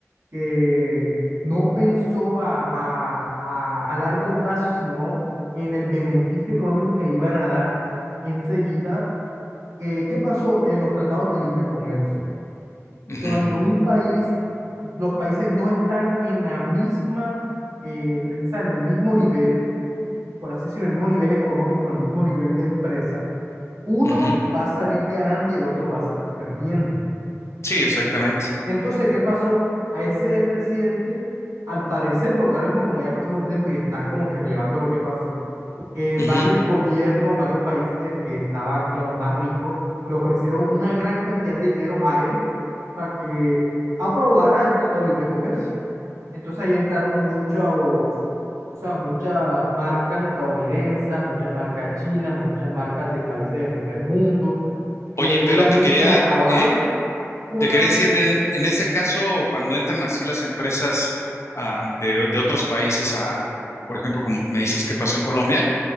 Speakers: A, on the right (about 80°); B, on the left (about 60°).
A: que no pensó a, a, a, a largo plazo, sino en el beneficio económico que le iban a dar enseguida. Eh, ¿qué pasó? en los tratados de libre comercio.
B: Ujú,
A: Cuando un país, los países no están en la misma, eh, en- o sea, en el mismo nivel, por así decirlo, en el mismo nivel económico, en el mismo nivel de empresa, uno
B: ujú.
A: va a salir ganando y el otro va a salir perdiendo.
B: Sí, exactamente.
A: Entonces, ¿qué pasó? A ese presidente, al parecer, porque ahora mismo como ya pasó mucho tiempo y están como que relevando lo que pasó, eh,
B: Ujú.
A: varios gobiernos, varios países que estaban, digamos, más ricos, le ofrecieron una gran cantidad de dinero a él para que aprobara el Tratado de Libre Comercio. Entonces ahí entraron muchos, o sea, muchas marcas estadounidenses, muchas marcas chinas, muchas marcas de países de primer mundo, que
B: Oye,
A: obviamente
B: pero te quería,
A: acabaron
B: eh,
A: con
B: te quería
A: la
B: decir, en, en ese caso, cuando entran así las empresas ah, de, de otros países a, por ejemplo, como me dices que pasó en Colombia,